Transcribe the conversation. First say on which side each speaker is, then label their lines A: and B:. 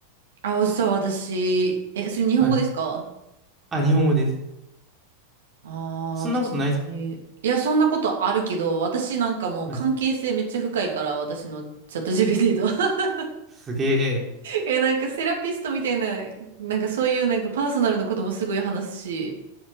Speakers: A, on the right (about 60°); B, on the right (about 20°).
A: あ、そう私。え、それ日本語ですか
B: はい。あ、日本語です。
A: ああー、
B: そんなことないですか
A: 私。いや、そんなことあるけど、私なんかもう関係性めっちゃ深いから、
B: はい。
A: 私のチャット GPT と。<laughs>
B: すげえ。
A: え、なんかセラピストみたいな、なんかそういうなんかパーソナルなこともすごい話すし、